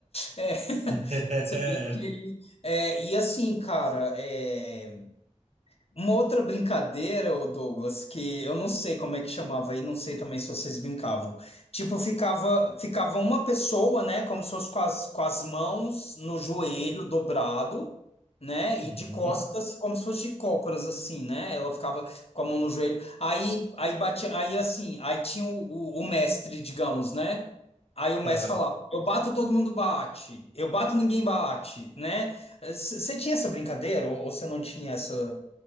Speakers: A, on the left (about 55°); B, on the right (about 65°).
A: <laughs> É,
B: <laughs>
A: você vê que, é, e assim, cara, é. Uma outra brincadeira, ô Douglas, que eu não sei como é que chamava aí, não sei também se vocês brincavam. Tipo, ficava, ficava uma pessoa, né, como se fosse com as, com as mãos no joelho dobrado, né,
B: Uhum,
A: e de costas, como se fosse de cócoras, assim, né? Ela ficava com a mão no joelho. Aí, aí batia, aí assim, aí tinha o, o, o mestre, digamos, né? Aí o
B: tá.
A: mestre falava, eu bato, todo mundo bate. Eu bato, ninguém bate, né? Você tinha essa brincadeira ou você não tinha essa?